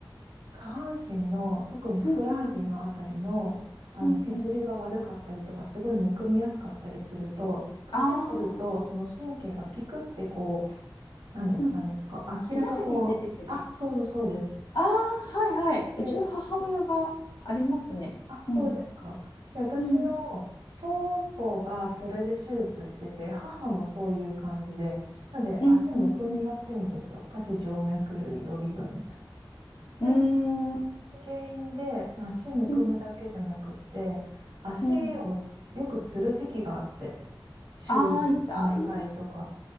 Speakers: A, on the right; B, on the left.
A: 下半身の、特にふくらはぎのあたりの、
B: うんうんうん
A: あの血流が悪かったりとか、
B: うんうん。
A: すごいむくみやすかったりすると、年取ると、
B: あー、
A: その神経がピクってこう、なんですかね、
B: うんうん
A: こう明らかこう、
B: 紫に出てくる
A: あ、そうそうそうです。
B: ああー、はいはい。
A: で、
B: うちの母親がありますね。
A: あ、そうですか。
B: うん。
A: で、私の祖母がそれで手術してて、
B: うん。
A: 母もそういう感じで、なので足むくみやすいんですよ。
B: うん。うん。う
A: 下肢静脈瘤予備軍みたいな。
B: ん。
A: で、
B: うーん。
A: 原因で、まあ、足むくむだけじゃなくって、
B: うん。
A: 足をよくつる時期があって、
B: うん
A: 週何回とか。
B: ああー、痛い。